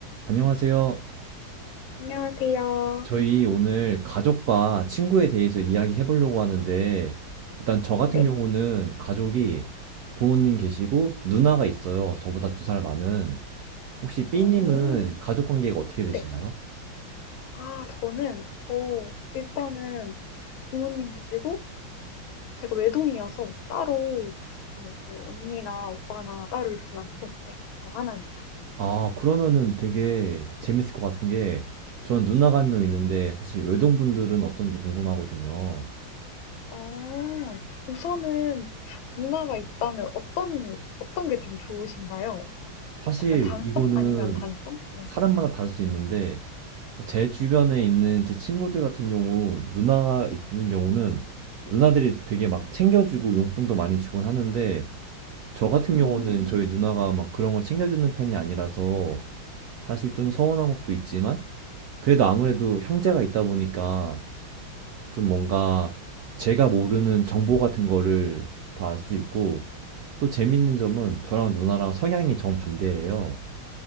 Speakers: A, on the right; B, on the left.
A: 안녕하세요.
B: 안녕하세요.
A: 저희 오늘 가족과 친구에 대해서 이야기해 보려고 하는데, 일단 저 같은
B: 네,
A: 경우는 가족이 부모님 계시고 누나가 있어요. 저보다 두 살 많은. 혹시 B님은
B: 오,
A: 가족 관계가 어떻게 되시나요?
B: 네. 아, 저는, 어, 일단은 부모님 계시고, 제가 외동이어서 따로, 네, 뭐, 언니나 오빠나 따로 있진 않고, 네, 저 하나입니다.
A: 아, 그러면은 되게 재밌을 것 같은 게, 전 누나가 한 명 있는데, 사실 외동분들은 어떤지 궁금하거든요.
B: 어, 우선은 누나가 있다면 어떤, 어떤 게 좀 좋으신가요?
A: 사실
B: 약간 장점?
A: 이거는
B: 아니면 단점? 네.
A: 사람마다 다를 수 있는데 제 주변에 있는 제 친구들 같은 경우 누나가 있는 경우는 누나들이 되게 막 챙겨주고 용돈도 많이 주곤 하는데 저 같은
B: 음,
A: 경우는 저희 누나가 막 그런 걸 챙겨주는 편이 아니라서 사실 좀 서운한 것도 있지만 그래도 아무래도 형제가 있다 보니까 좀 뭔가 제가 모르는 정보 같은 거를 더 알 수 있고 또 재밌는 점은 저랑 누나랑 성향이 정반대예요.